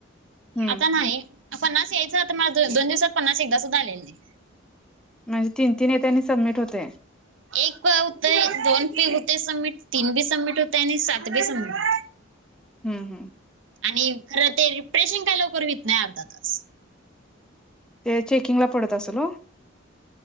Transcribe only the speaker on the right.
आता नाही पन्नास यायचं आता मला दोन दिवसात पन्नास एकदा सुद्धा आलेला नाही
एक प होतय दोन बी होतय सबमिट तीन बी सबमिट होतय आणि सात बी सबमिट हुतंय
आणि खरं ते रिफ्रेशिंग काय लवकर होत नाही अर्धा तास